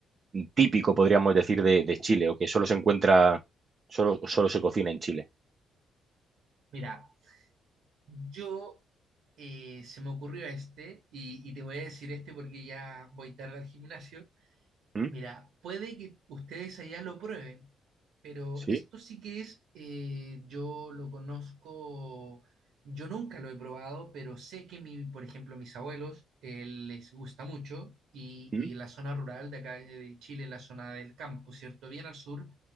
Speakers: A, on the right; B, on the right.
A: típico, podríamos decir, de, de Chile, o que solo se encuentra, solo, solo se cocina en Chile.
B: Mira, yo eh, se me ocurrió este y, y te voy a decir este porque ya voy tarde al gimnasio.
A: ¿Mm?
B: Mira, puede que ustedes allá lo prueben, pero
A: ¿Sí?
B: esto sí que es, eh, yo lo conozco, yo nunca lo he probado, pero sé que mi, por ejemplo, mis abuelos eh, les gusta mucho y,
A: ¿Mm?
B: y la zona rural de acá de Chile, la zona del campo, ¿cierto? Bien al sur,